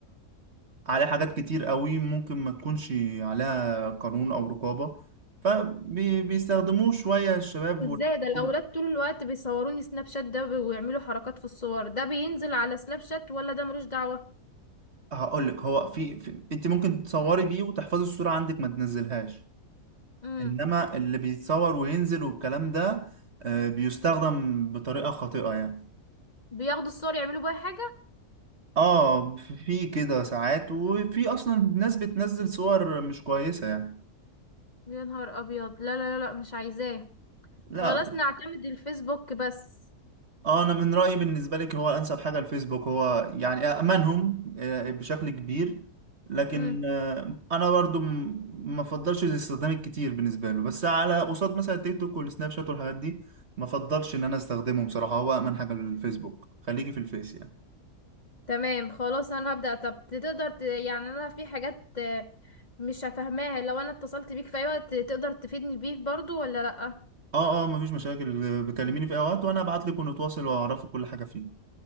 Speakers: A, on the right; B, on the left.
A: عليه حاجات كتير قوي ممكن ما تكونش عليها قانون او رقابة فبيستخدموه شوية الشباب والحاجات
B: ازاي ده الاولاد
A: دي
B: طول الوقت بيصوروني سناب شات ده بي- ويعملوا حركات في الصور ده بينزل على سناب شات ولا ده ملوش دعوة
A: هقول لك هو في, في انت ممكن تصوري بيه وتحفظي الصورة عندك ما تنزلهاش
B: امم
A: انما اللي بيتصور وينزل والكلام ده آه، بيستخدم بطريقة خاطئة يعني
B: بياخدوا الصور يعملوا بيها حاجة
A: اه في كده ساعات وفي اصلا ناس بتنزل صور مش كويسة يعني
B: يا نهار ابيض لا لا لا مش عايزاه
A: لا
B: خلاص نعتمد الفيسبوك بس
A: اه انا من رايي بالنسبه لك هو انسب حاجه الفيسبوك هو يعني امنهم آه، بشكل كبير لكن
B: امم
A: آه، انا برضو م- ما افضلش الاستخدام الكتير بالنسبه له بس على قصاد مثلا التيك توك والسناب شات والحاجات دي ما افضلش ان انا استخدمه بصراحه هو امن حاجه الفيسبوك خليكي في الفيس يعني
B: تمام خلاص انا هبدأ طب تقدر ت... يعني انا في حاجات آه، مش هفهماها لو انا اتصلت بيك في اي وقت تقدر تفيدني بيه برضو ولا لا
A: اه اه مفيش مشاكل آه، بكلميني في اي وقت وانا ابعت لك ونتواصل واعرفك كل حاجه فيه